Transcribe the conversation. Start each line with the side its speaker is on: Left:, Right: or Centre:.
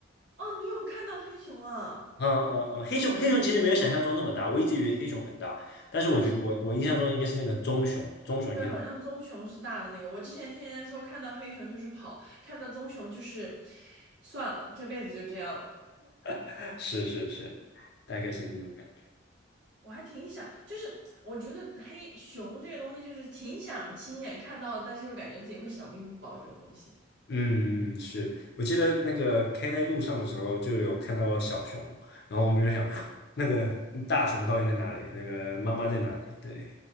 Right: 哦，你有看到黑熊啊？
Left: 嗯嗯嗯，黑熊黑熊其实没有想象中那么大，我一直以为黑熊很大，但是我觉得我我印象中应该是那个棕熊，
Right: 好像。
Left: 棕熊应该
Right: 对，好像棕熊是大的那个。我之前天天说看到黑熊就是跑，看到棕熊就是算了，这辈子就这样了。
Left: <laughs> 是是是，大概是那种感觉。嗯
Right: 我还挺想，就是我觉得黑熊这个东西，就是挺想亲眼看到的但是又感觉自己会小命不保这种东西。
Left: 嗯，是我记得那个开在路上的时候就有看到小熊，然后我们就想 <gasps> 那个大熊到底在哪里？那个妈妈在哪里？对，